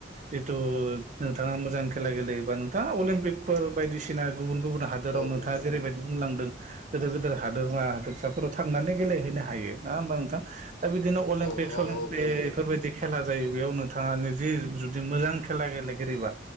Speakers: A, on the right (about 40°); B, on the left (about 75°).
A: जिथु नोंथाङा मोजां खेला गेलेयोबा नोंथाङा अलिमपिकफोर बायदिसिना गुबुन गुबुन हादोराव
B: औ
A: नोंथाङा
B: नोंथां
A: जेरैबायदि बुंलांदों गोदोर गोदोर हादोरमा हादोरिसाफोराव थांनानै गेलेहैनो हायो नोङा होमबा नोंथां? दा बिदिनो अलिमपिक
B: औ औ
A: सलिमपिक
B: औ नोंथां
A: इफोरबायदि खेला जायो बेयाव नोंथाङानो जि जुदि मोजां खेला गेलेगिरिबा